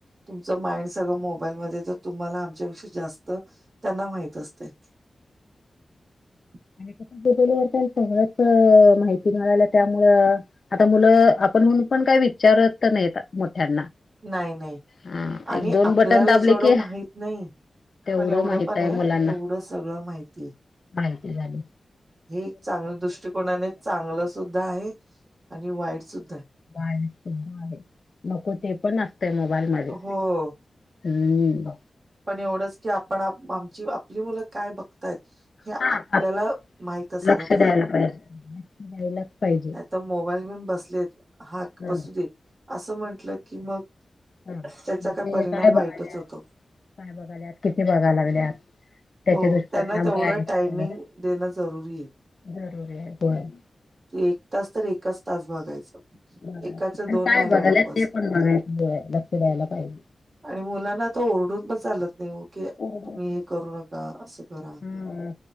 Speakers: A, on the right; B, on the left.
A: तुमचं माइंड सगळं मोबाईलमध्ये तर तुम्हाला आमच्याविषयी जास्त त्यांना माहित असते. <inaudible>
B: आणि कस बदलवर त्या सांगळच माहिती मिळाला त्यामुळं आता मुलं आपण होऊन पण काय विचारत नाही मोठ्यांना
A: नाही नाही
B: हा
A: आणि
B: एक दोन
A: आपल्याला
B: बटन दाबले
A: जेवढं
B: की
A: माहित नाही,
B: तेवढं
A: पण एवढं
B: माहित
A: पण आहे
B: मुलांना
A: तेवढं सगळं माहिती आहे.
B: माहिती झाले.
A: हे चांगल्या दृष्टकोनाने चांगलं सुद्धा आहे आणि वाईट सुद्धा आहे.
B: वाईट सुद्धा आहे. नको ते पण असतय मोबाईल मध्ये.
A: हो
B: हम.
A: पण एवढंच की आपण आमची आपली मुलं काय बघताय. हे
B: हा
A: आपल्याला
B: आपण
A: माहित असायला
B: लक्ष
A: पाहिजे.
B: द्यायला द्यायलाच पाहिजे.
A: नाहीता मोबाईल घेऊन बसलेत हाक
B: हं
A: बसू दे. असं म्हटलं की मग
B: हं
A: त्याचा
B: मग
A: काय
B: ते
A: परिणाम वाईटच
B: बघाल्यात
A: होतो.
B: काय बघायल्यात किती बघा लागल्यात. त्याचे
A: हो
B: दुष्परिणाम
A: त्यांना तेवढं
B: काय आहेत
A: टायमिंग देणं जरुरी आहे.
B: जरुरी आहे पण.
A: एक तास तर एकच तास बघायचं.
B: ब
A: एकाचे
B: आणि
A: दोन
B: काय
A: व्हायला
B: बघ आल्यात
A: नको असं
B: ते पण बघय लक्ष द्यायला पाहिजे.
A: आणि मुलांना आता ओरडून पण चालत नाही, हो की
B: बरोबर.
A: तुम्ही हे करू नका, असं करा.
B: हम्म